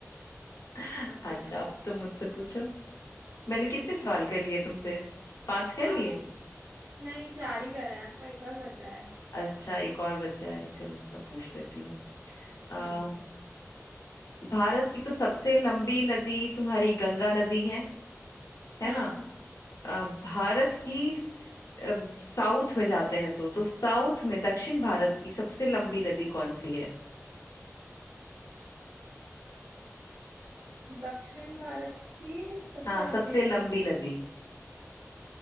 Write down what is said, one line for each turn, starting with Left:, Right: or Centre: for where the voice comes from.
Left: <laughs>
Right: आर्यभट्ट
Left: अच्छा अब तुम मुझसे पूछो मैंने कितने
Right: ठीक
Left: सवाल
Right: है
Left: कर लिए तुमसे पांच कर
Right: आपने
Left: लिए
Right: शायद- नहीं चार ही करा है आपका एक और बचा है
Left: अच्छा एक और बचा है चलो मैं पूछ लेती हूँ आ,
Right: हम्म
Left: भारत की तो सबसे लंबी नदी तुम्हारी गंगा नदी है है
Right: हाँ
Left: ना आ, भारत की अ, साउथ में जाते हैं तो तो साउथ में दक्षिण भारत की सबसे लंबी नदी कौन सी है
Right: दक्षिण भारत की सबसे
Left: हाँ
Right: लंबी
Left: सबसे
Right: नदी
Left: लंबी नदी